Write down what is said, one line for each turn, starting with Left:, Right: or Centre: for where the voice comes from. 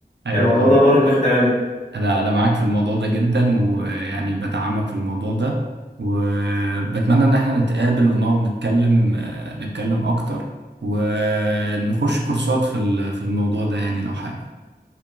Right: أيوة
Left: الموضوع
Right: فاهم
Left: ده بره دماغي تماما
Right: أنا أنا معاك في الموضوع ده جدا ويعني بدعمك في الموضوع ده وبتمنى إن احنا نتقابل ونقعد نتكلم آه، نتكلم أكتر ونخش كورسات في ال- في الموضوع ده يعني لو حابب